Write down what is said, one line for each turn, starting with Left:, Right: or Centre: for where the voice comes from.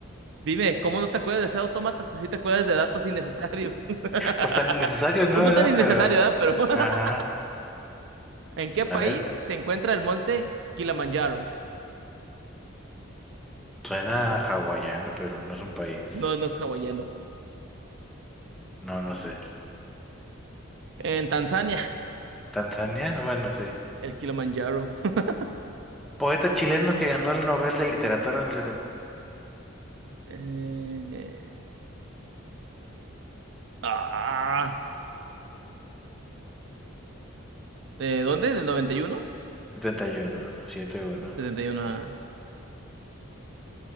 Right: Dime, ¿cómo no te acuerdas de ser autómatas? Pues sí te acuerdas de datos innecesarios. <laughs>
Centre: Pues tan necesario, ¿no?
Right: Pues
Centre: ¿Verdad?
Right: no tan innecesario,
Centre: Pero...
Right: ¿verdad? Pero
Centre: Ajá.
Right: <laughs> ¿en qué país
Centre: A ver,
Right: se encuentra el monte Kilimanjaro?
Centre: suena hawaiano, pero no es un país.
Right: No, no es hawaiano.
Centre: No, no sé.
Right: En Tanzania,
Centre: ¿Tanzania? Bueno, sí.
Right: el Kilimanjaro. <laughs>
Centre: Poeta chileno que ganó el Nobel de Literatura en el
Right: Eh, ah, ¿De ¿dónde? ¿Del 91?
Centre: 71. 71, uno
Right: 71.